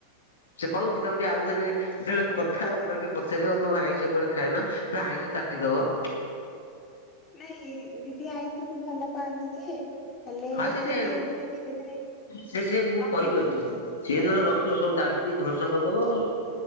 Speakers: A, on the left; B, on the left.
A: ସେ କହୁଛି ତାକୁ ଟିକେ ଆଉଥରେ ଯେତେବେଳେ କଥା ହବ ତାକୁ ଟିକେ ପଚାରିବ ତମେ ଆଇଁଷ କୁଆଡେ ଖାଏନା ଆଇଁଷ ଚାଟିଦବ। <inaudible>
B: ନାଇଁ ଦିଦି ଆଇଁଷକୁୁ ଭଲ ପାଆନ୍ତି ଯେ। ହେଲେ
A: ହଁ
B: ସେ
A: ଯେ
B: ଧୀରେ ଧୀରେ ଧୀରେ ଧୀରେ
A: ସେ ସେ ମୁଁ
B: କମେଇ
A: କହିପାରୁନି
B: ଦଉଛନ୍ତି।
A: ମ ସିଏ ନହେଲେ ରଖିବ ସବୁ ଦାବି କି ଧ୍ୱଂସ କରିଦବ ଆଉ।